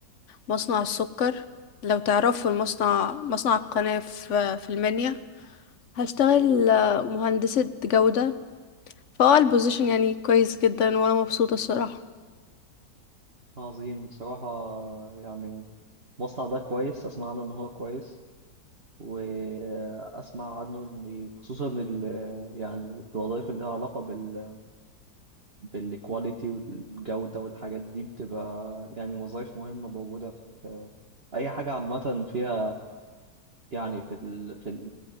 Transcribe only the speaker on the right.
عظيم بصراحة آه، يعني المصنع ده كويس اسمع عنه ان هو كويس واسمع عنه ان خصوصا ال يعني الوظائف اللي لها علاقة بال بالكواليتي والجودة والحاجات دي بتبقى يعني وظائف مهمة موجودة في اي حاجة عامة فيها يعني في ال في ال